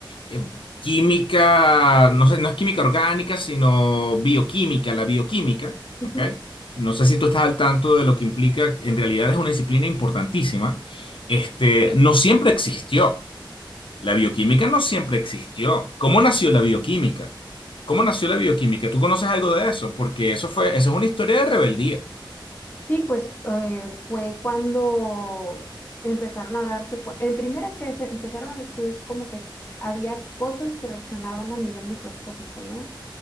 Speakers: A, on the left (about 80°); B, on the left (about 25°).
A: eh, química, no sé, no es química orgánica, sino bioquímica, la bioquímica,
B: ujú.
A: ¿ok? No sé si tú estás al tanto de lo que implica, en realidad es una disciplina importantísima. Este, no siempre existió. La bioquímica no siempre existió. ¿Cómo nació la bioquímica? ¿Cómo nació la bioquímica? ¿Tú conoces algo de eso? Porque eso fue, eso es una historia de rebeldía.
B: Sí, pues eh, fue cuando empezaron a darse, cua- en primera que se empezaron a descubrir como que había cosas que reaccionaban a nivel microscópico, ¿no?